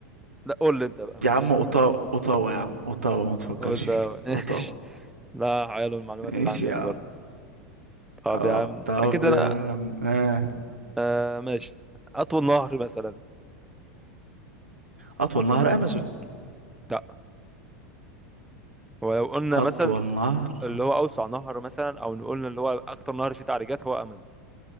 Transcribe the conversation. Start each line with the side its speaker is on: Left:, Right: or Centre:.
Centre: لا قول لي انت بقى ماشي
Right: يا عم اوتاوا اوتاوا يا عم اوتاوا ما تفكرش
Centre: قلت
Right: فيها
Centre: <laughs>
Right: اوتاوا
Centre: ماشي لا حلو المعلومات
Right: ماشي
Centre: اللي عندك
Right: يا
Centre: برضه
Right: عم
Centre: طب
Right: اه
Centre: يا عم
Right: طب
Centre: اكيد
Right: يا
Centre: انا
Right: عم آه.
Centre: آه ماشي اطول نهر مثلا
Right: اطول نهر امازون
Centre: لا هو لو قلنا مثلا
Right: اطول نهر
Centre: اللي هو اوسع نهر مثلا او نقول اللي هو اكتر نهر فيه تعريجات هو امازون